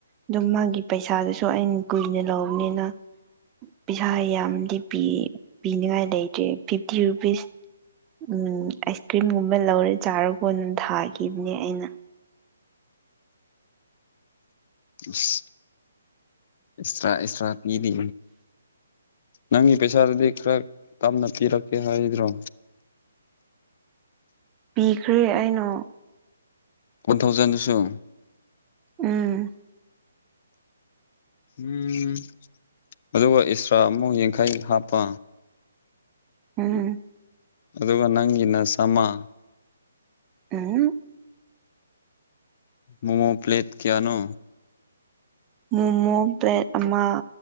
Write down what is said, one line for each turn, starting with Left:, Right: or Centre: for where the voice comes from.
Right: ꯑꯗꯨꯝ ꯃꯥꯒꯤ ꯄꯩꯁꯥꯗꯨꯁꯨ ꯑꯩꯅ ꯀꯨꯏꯅ ꯂꯧꯕꯅꯤꯅ ꯄꯩꯁꯥ ꯌꯥꯝꯗꯤ ꯄꯤ ꯄꯤꯅꯤꯉꯥꯏ ꯂꯩꯇ꯭ꯔꯦ ꯐꯤꯐꯇꯤ ꯔꯨꯄꯤꯁ ꯎꯝ ꯑꯥꯏꯁ ꯀ꯭ꯔꯤꯝꯒꯨꯝꯕ ꯂꯧꯔꯦ ꯆꯥꯔ ꯀꯣꯟ ꯑꯗꯨꯝ ꯊꯥꯈꯤꯕꯅꯦ ꯑꯩꯅ
Left: ꯑꯁ ꯏꯁꯇꯔꯥ ꯏꯁꯇꯔꯥꯤꯗꯤ ꯅꯪꯒꯤ ꯄꯩꯁꯥꯗꯨꯗꯤ ꯈꯔ ꯇꯞꯅ ꯄꯤꯔꯛꯀꯦ ꯍꯥꯏꯗ꯭ꯔꯣ
Right: ꯄꯤꯈ꯭ꯔꯦ ꯑꯩꯅꯣ
Left: ꯋꯥꯟ ꯊꯥꯎꯖꯟꯗꯁꯨ
Right: ꯎꯝ
Left: ꯎꯝ ꯑꯗꯨꯒ ꯑꯦꯛꯁꯇ꯭ꯔꯥ ꯑꯃꯨꯛ ꯌꯥꯡꯈꯩ ꯍꯥꯞꯄ
Right: ꯎꯝ
Left: ꯑꯗꯨꯒ ꯅꯪꯒꯤꯅ ꯁꯃꯥ
Right: ꯎꯝ
Left: ꯃꯣꯃꯣ ꯄ꯭ꯂꯦꯠ ꯀꯌꯥꯅꯣ
Right: ꯃꯣꯃꯣ ꯄ꯭ꯂꯦꯠ ꯑꯃ